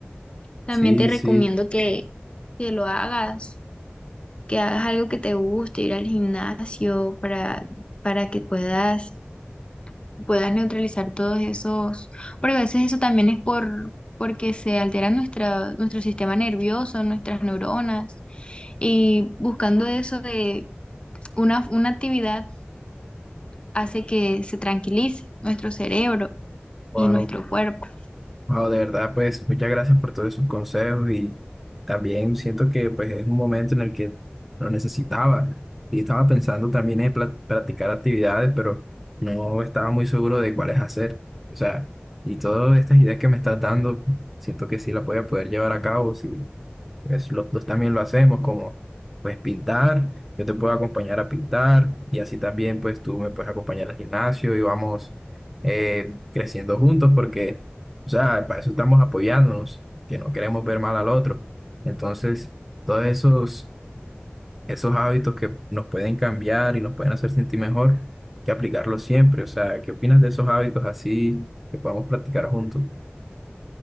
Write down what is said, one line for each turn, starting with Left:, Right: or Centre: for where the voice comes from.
Left: También
Centre: Sí,
Left: te recomiendo
Centre: sí.
Left: que, que lo hagas, que hagas algo que te guste, ir al gimnasio para, para que puedas, puedas neutralizar todos esos, porque a veces eso también es por, porque se altera nuestra, nuestro sistema nervioso, nuestras neuronas. Y buscando eso de Una, una actividad hace que se tranquilice nuestro cerebro
Centre: Wow.
Left: y nuestro cuerpo.
Centre: Wao, de verdad, pues muchas gracias por todos sus consejos y también siento que pues es un momento en el que lo necesitaba. y estaba pensando también en pla- practicar actividades, pero no estaba muy seguro de cuáles hacer. O sea, y todas estas ideas que me estás dando, siento que sí las voy a poder llevar a cabo. sí pues los dos también lo hacemos, como pues pintar, yo te puedo acompañar a pintar y así también pues tú me puedes acompañar al gimnasio y vamos eh, creciendo juntos porque, o sea, para eso estamos apoyándonos, que no queremos ver mal al otro. Entonces, todos esos, esos hábitos que nos pueden cambiar y nos pueden hacer sentir mejor, hay que aplicarlos siempre. O sea, ¿qué opinas de esos hábitos así que podamos practicar juntos?